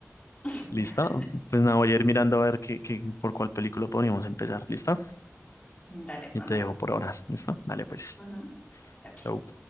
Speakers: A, on the left; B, on the left.
A: <laughs>
B: ¿Listo? Pues nada, voy a ir mirando a ver qué, qué, por cuál película podríamos empezar. ¿Listo?
A: Dale,
B: Y
A: mándame.
B: te dejo por ahora. ¿Listo? Dale, pues.
A: Ujú. Chao, chao.
B: Chau.